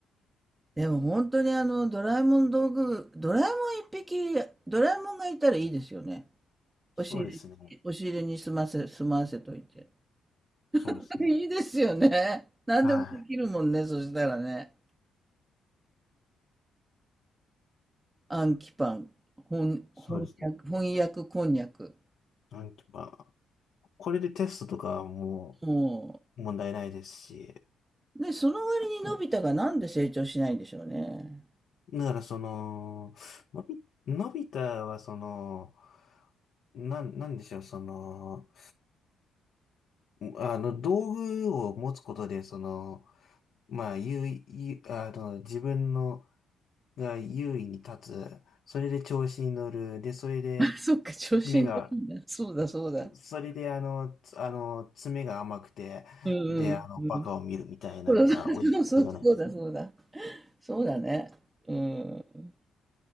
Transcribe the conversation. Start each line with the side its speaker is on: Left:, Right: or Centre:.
Right: でも本当にあの、ドラえもん道具、ドラえもん一匹、ドラえもんがいたらいいですよね。
Left: <laughs> そうですね。
Right: 押し入れ、押し入れに済ませ、済まわせといて。
Left: そうですね。
Right: <laughs> いいですよね。何でもできるもんね、
Left: はい。
Right: そしたらね。暗記パン、翻、
Left: そうですね。
Right: 翻訳、翻訳こんにゃく。
Left: なんていうか、これでテストとかはも
Right: も
Left: う問題ないですし、
Right: う、ね、その割にのび太がなんで成長しないんでしょうね。
Left: だからその、のび、のび太はその、なん、なんでしょう、その、あの、道具を持つことで、その、まあ、優位、優あの、自分の、が優位に立つ、それで調子に乗る、で、それで、
Right: <laughs> あそっか、調子に乗るんだ。
Left: 目が
Right: そうだ、そうだ。
Left: それで、あの、つあの、爪が甘くて、
Right: うんうんうん。
Left: で、あの、バカを見るみたいなのが親子じゃないですか。
Right: そうだ、そうそうそうだ、そうだ。そうだね。うん。